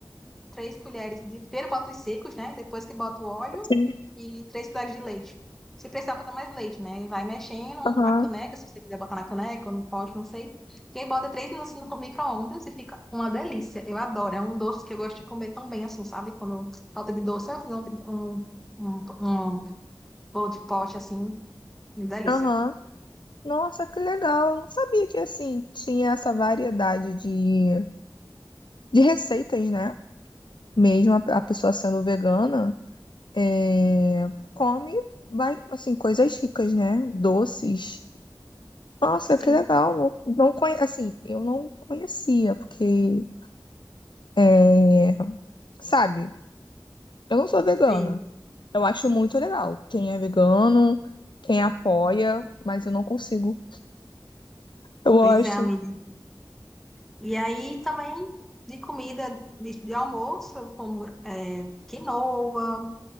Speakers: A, in the centre; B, on the left.
A: três colheres de. Primeiro bota os secos, né? Depois que bota o óleo
B: Sim.
A: e três colheres de leite. Se precisar botar mais leite, né? E vai mexendo
B: Aham.
A: na caneca, se você quiser botar na caneca ou no pote, não sei. E aí bota três minutos no micro-ondas e fica uma delícia. Eu adoro. É um doce que eu gosto de comer tão bem assim, sabe? Quando falta de doce, eu fiz um, um, um, um bolo de pote assim, uma delícia.
B: Aham. Nossa, que legal. Eu não sabia que assim tinha essa variedade de de receitas, né? Mesmo a, a pessoa sendo vegana, é, come, vai, assim, coisas ricas, né? Doces. Nossa,
A: Sim.
B: que legal. Não, não conhe... Assim, eu não conhecia, porque, é, sabe, eu não sou vegana.
A: Sim,
B: Eu acho muito legal. Quem é vegano, quem apoia, mas eu não consigo. Eu gosto.
A: pois é, amiga. E aí também de comida de, de almoço, como é, quinoa,